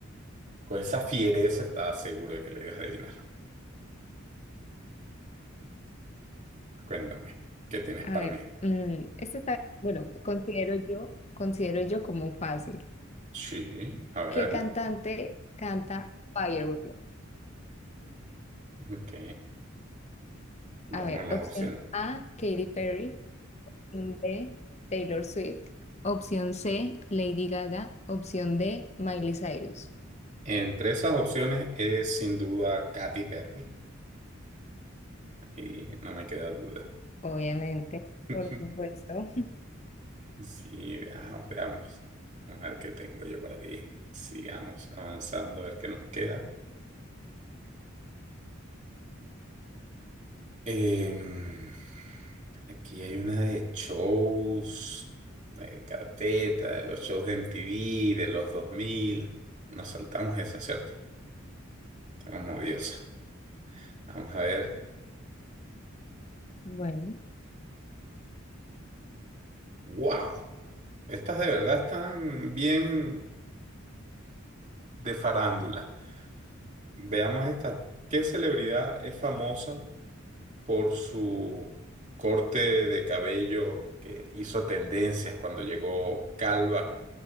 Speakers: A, on the right; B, on the left.
A: Con esa fiereza estaba seguro de que le ibas a adivinar. Cuéntame, ¿qué tienes
B: A
A: para
B: ver,
A: mí?
B: mm, este está, bueno, considero yo, considero yo como fácil.
A: Sí, a
B: ¿Qué
A: ver,
B: cantante canta Firework?
A: ok. Veamos
B: A ver,
A: las
B: opción
A: opciones.
B: A, Katy Perry. Opción B, Taylor Swift. Opción C, Lady Gaga. Opción D, Miley Cyrus.
A: Entre esas opciones es sin duda Katy Perry. Y no me queda duda.
B: Obviamente,
A: <laughs>
B: por supuesto. <laughs>
A: Sí, veamos, veamos. A ver qué tengo yo para ti. Sigamos avanzando a ver qué nos queda. Em, aquí hay una de shows, de carpeta, de los shows de MTV, de los 2000. Nos saltamos esa, ¿cierto? Está como odiosa. Vamos a ver.
B: Bueno,
A: ¡Wow! Estas de verdad están bien de farándula. Veamos esta. ¿Qué celebridad es famosa por su corte de cabello que hizo tendencias cuando llegó calva